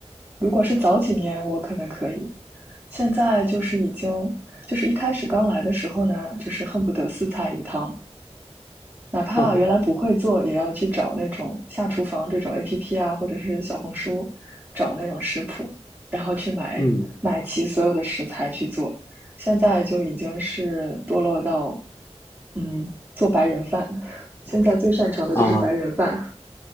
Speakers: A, on the right; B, on the left.
A: 如果是早几年，我可能可以，现在就是已经，就是一开始刚来的时候呢，就是恨不得四菜一汤，哪怕原来不会做，
B: <laughs>
A: 也要去找那种下厨房这种 APP 啊，或者是小红书，找那种食谱，然后去买买齐所有的食材去做。
B: 嗯
A: 现在就已经是堕落到，嗯，做白人饭。<laughs> 现在最擅长的就是白人饭。
B: 啊。